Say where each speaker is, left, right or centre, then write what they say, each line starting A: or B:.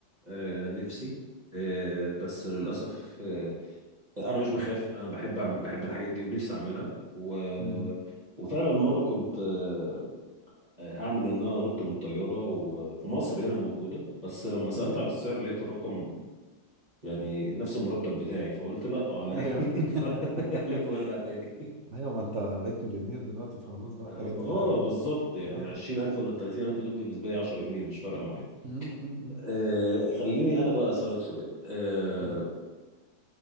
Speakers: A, on the right; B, on the right.
A: آه، نفسي آه، بس للاسف آه، انا مش بخاف انا بحب أعمل بحب الحاجات دي ونفسي اعملها و...
B: امم
A: وفعلا مره كنت آه، هعمل ان انا انط من طياره وفي مصر هنا موجوده بس لما سالت
B: امم
A: على السعر لقيت الرقم يعني نفس المرتب بتاعي فقلت لا على ايه
B: ايوه
A: <laughs> فلف
B: <laughs>
A: وارجع تاني
B: ايوه ما انت بقيت مليونير دلوقتي فخلاص بقى
A: اه
B: الحاجات دي كانت قديمه
A: بالظبط يعني
B: اه
A: ال 20000 ولا ال 30000 دول بالنسبه لي 10 جنيه مش فارقه معايا
B: أمم، أمم، أمم،
A: آه خليني انا بقى اسالك سؤال آه
B: أمم.